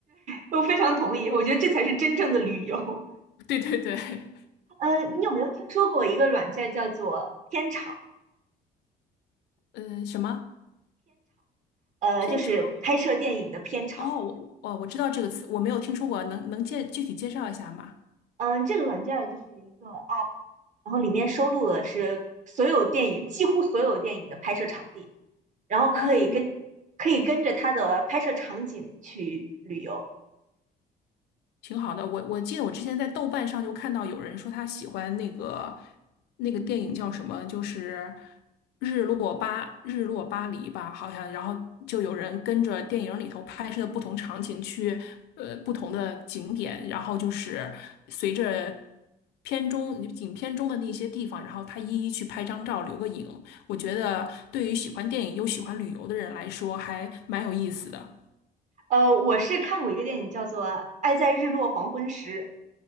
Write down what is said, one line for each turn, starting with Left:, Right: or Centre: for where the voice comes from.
Right: 我非常同意，我觉得这才是真正的旅游。
Left: <laughs> 对对对，<laughs>
Right: 呃，你有没有听说过一个软件儿叫做片场？
Left: 嗯、什么
Right: 呃，
Left: 偏长？
Right: 就是拍摄电影的片场。
Left: 哦，我我我知道这个词，我没有听说过，能能介具体介绍一下吗？
Right: 嗯、这个软件儿就是一个 app，然后里面收录的是所有电影，几乎所有电影的拍摄场地，然后可以跟
Left: 哦，
Right: 可以跟着它的拍摄场景去旅游。
Left: 挺好的。我我记得我之前在豆瓣上就看到有人说他喜欢那个那个电影叫什么，就是日落巴日落巴黎吧，好像。然后就有人跟着电影里头拍摄的不同场景去呃不同的景点，然后就是随着。片中影片中的那些地方，然后他一一去拍张照，留个影。我觉得对于喜欢电影又喜欢旅游的人来说，还蛮有意思的。
Right: 呃，我是看过一个电影叫做《爱在日落黄昏时》，